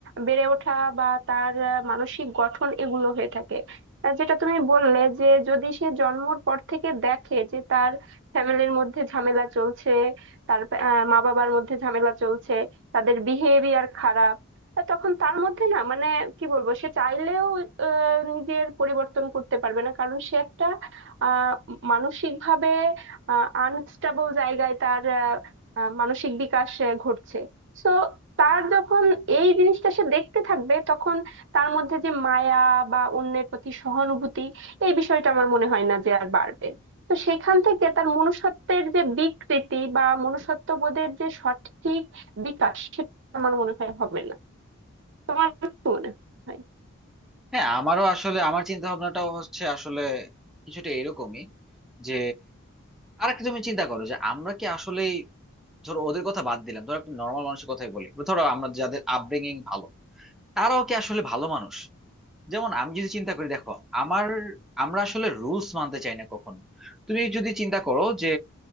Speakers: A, on the right; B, in the centre.
A: বেড়ে ওঠা বা তার আহ, মানসিক গঠন এগুলো হয়ে থাকে আহ, যেটা তুমি বললে যে যদি সে জন্মর পর থেকে দেখে যে তার ফ্যামিলির মধ্যে ঝামেলা চলছে তার আহ, মা বাবার মধ্যে ঝামেলা চলছে তাদের বিহেভিয়ার খারাপ আহ, তখন তার মধ্যে না মানে কি বলবো সে চাইলেও আহ, নিজের পরিবর্তন করতে পারবে না কারণ সে একটা আহ মানসিকভাবে আনস্টেবল জায়গায় তার আহ, আহ, মানসিক বিকাশ আহ, ঘটছে সো তার যখন এই জিনিসটা সে দেখতে থাকবে তখন তার মধ্যে যে মায়া বা অন্যের প্রতি সহানুভূতি এই বিষয়টা আমার মনে হয় না যে আর বাড়বে তো সেখান থেকে তার মনুষ্যত্বের যে বিকৃতি বা মনুষ্যত্ব বোধের যে সঠিক বিকাশ সেটা আমার মনে হয় হবে না তোমার কি মনে হয়
B: হ্যাঁ আমারও আসলে আমার চিন্তা ভাবনাটাও হচ্ছে আসলে কিছুটা এরকমই যে আরেকটা তুমি চিন্তা করো যে আমরা কি আসলেই ধরো ওদের কথা বাদ দিলাম ধরো একটা নর্মাল মানুষের কথাই বলি ধরো আমরা যাদের আপব্রিঙ্গিং ভালো তারাও কি আসলে ভালো মানুষ যেমন আমি যদি চিন্তা করি দেখো আমার আমরা আসলে রুলস মানতে চাই না কখনো তুমি যদি চিন্তা করো যে